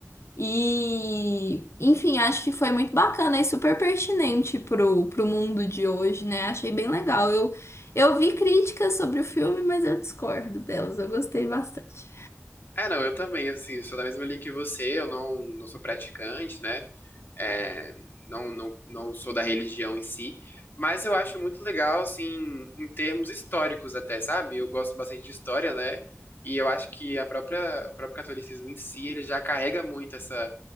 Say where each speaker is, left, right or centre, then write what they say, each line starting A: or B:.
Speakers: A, on the left; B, on the left.
A: E, enfim, acho que foi muito bacana e super pertinente pro, pro mundo de hoje, né? Achei bem legal. Eu, eu vi críticas sobre o filme, mas eu discordo delas. Eu gostei bastante.
B: É, não, eu também, assim, sou da mesma linha que você, eu não, não sou praticante, né? É, não, não, não sou da religião em si, mas eu acho muito legal, assim, em termos históricos até, sabe? Eu gosto bastante de história, né? E eu acho que a própria, o próprio catolicismo em si, ele já carrega muito essa,